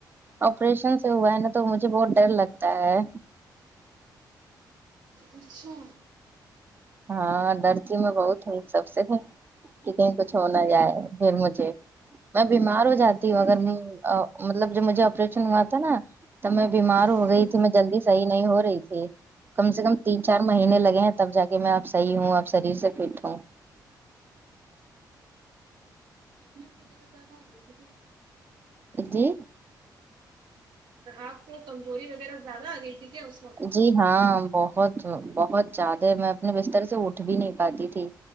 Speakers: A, on the right; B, on the right.
A: آپریشن سے ہوا ہے نا تو مجھے بہت ڈر لگتا ہے
B: اچھا
A: ہاں ڈرتی میں بہت ہو سب سے ہوں کہ کہیں کچھ ہو نہ جائے پھر مجھے میں بیمار ہو جاتی
B: اوہو،
A: ہوں اگر میں مطلب جب مجھے آپریشن ہوا تھا نا تب میں بیمار ہو
B: ہاں
A: گئی تھی میں جلدی صحیح نہیں ہو رہی تھی کم سے کم تین چار مہینے لگے ہیں تب جا کے میں اب صحیح ہوں اب شریر سے فٹ ہوں
B: <unintelligible> وغیرہ زیادہ آ گئی تھی کیا
A: جی
B: آپ کو کمزوری وغیرہ زیادہ آ گئی تھی کیا اس وقت
A: جی ہاں بہت بہت زیادہ میں اپنے بستر سے اٹھ بھی نہیں پاتی تھی